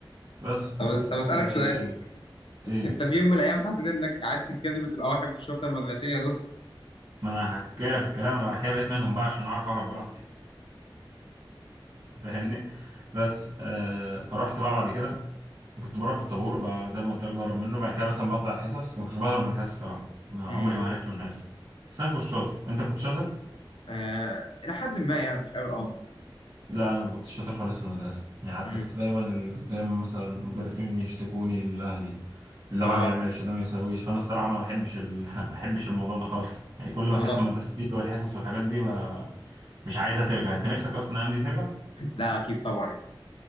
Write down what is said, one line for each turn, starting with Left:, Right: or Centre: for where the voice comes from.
Right: بس
Left: طب طب اسالك
Right: آه
Left: سؤال بس
Right: إيه
Left: انت في يوم من الايام حسيت انك عايز تتجنن وتبقى واحد من الشرطه المدرسيه دول
Right: ما انا هحكي لك في الكلام انا بعد كده بقيت منهم بقى عشان اعرف اهرب براحتي <laughs> انت فاهمني بس آه فرحت بقى بعد كده كنت بروح الطابور بقى زي ما قلت لك بهرب منه بعد كده مثلا بطلع الحصص ما كنتش بهرب من الحصص صراحه ما
Left: امم
Right: عمري ما هربت من الحصص بس انا كنت شاطر انت كنت شاطر
Left: آه الى حد ما يعني مش قوي اه
Right: لا انا ما كنتش شاطر خالص في المدرسه يعني حتى
Left: امم
Right: كنت دايما اللي كنت دايما مثلا المدرسين يشتكوني الاهلي اللي
Left: اه
Right: ما بيعملش ده ما يسويش فانا الصراحه ما بحبش ال... <laughs> ما بحبش الموضوع ده خالص يعني كل ما
Left: <laughs>
Right: سيره المدرسه
Left: اه
Right: تيجي والحصص والحاجات دي ب... مش عايزها ترجع انت نفسك اصلا الايام دي ترجع
Left: لا اكيد طبعا